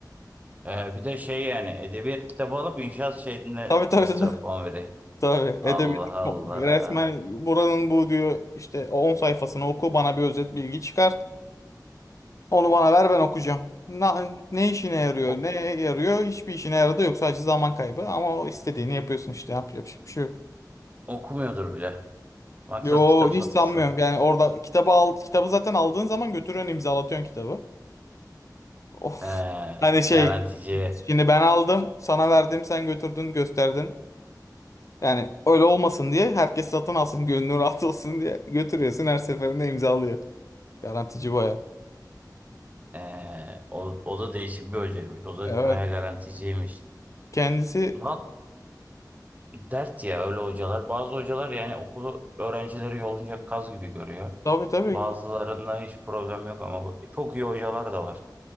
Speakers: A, on the right; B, on the left.
A: Ee, bir de şey yani edebiyat kitabı alıp inşaat şeyine
B: Tabii tabii
A: ekstra
B: tabii.
A: puan
B: <laughs>
A: veriyor.
B: Tabii edebiyat
A: Allah Allah.
B: resmen buranın bu diyor işte 10 sayfasını oku bana bir özet bilgi çıkart. Onu bana ver ben okuyacağım. Na- ne işine yarıyor
A: O-
B: ne yarıyor hiçbir işine yaradı yok sadece zaman kaybı ama o istediğini yapıyorsun işte yap, yapacak bir şey yok.
A: okumuyordur bile. Maksat
B: Yo
A: kitap
B: hiç
A: satılsın.
B: sanmıyorum yani orada kitabı al kitabı zaten aldığın zaman götürüyorsun imzalatıyorsun kitabı. Of.
A: Ee,
B: Hani şey
A: garantici.
B: şimdi ben aldım sana verdim sen götürdün gösterdin. Yani öyle olmasın diye herkes satın alsın gönlü rahat olsun diye götürüyorsun her seferinde imzalıyor. Garantici baya.
A: Ee, o, o da değişik bir hocaymış. O da
B: Evet
A: bayağı garanticiymiş.
B: kendisi
A: bak dert ya öyle hocalar. Bazı hocalar yani okulu öğrencileri yolunca kaz gibi görüyor.
B: tabii tabii
A: Bazılarında hiç problem yok ama bu- çok iyi hocalar da var.